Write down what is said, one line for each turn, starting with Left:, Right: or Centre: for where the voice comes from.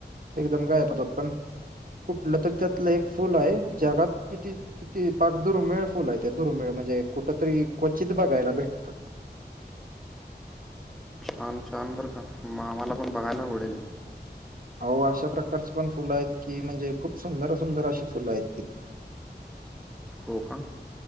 Right: एकदम गायब होतात पण, कुठलं तरी त्यातलं एक फुल आहे जगात किती, किती पाक दुर्मिळ फुल आहे ते दुर्मिळ म्हणजे कुठ तरी क्वचित बघायला भेटतं.
Centre: छन छान बरं का? आम्हाला पण बघायला आवडेल.
Right: आओ अशा प्रकारची पण फुलं आहेत की, म्हणजे खूप सुंदर, सुंदर अशी फुलं आहेत तिथं.
Centre: हो का?